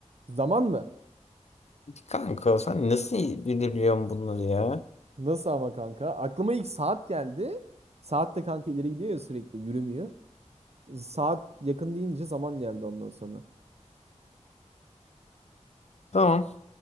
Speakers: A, on the right; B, on the left.
A: Zaman mı?
B: Kanka sen nasıl iyi bilebiliyorsun bunları ya?
A: Nasıl ama kanka? Aklıma ilk saat geldi. Saat de kanka ileri gidiyor ya sürekli yürümüyor. Saat yakın deyince zaman geldi ondan sonra.
B: Tamam.